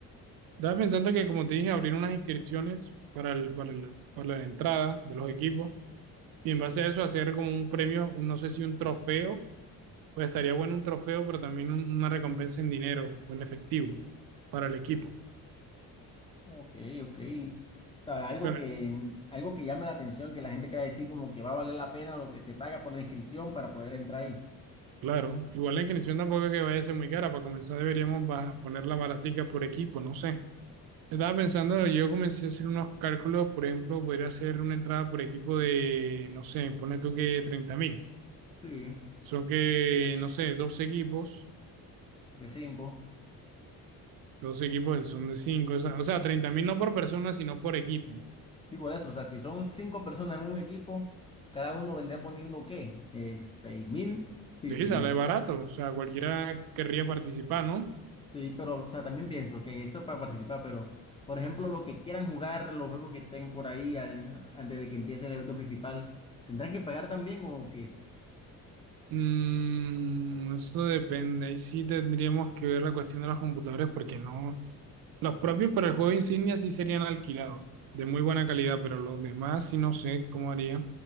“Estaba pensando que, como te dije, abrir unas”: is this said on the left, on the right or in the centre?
Right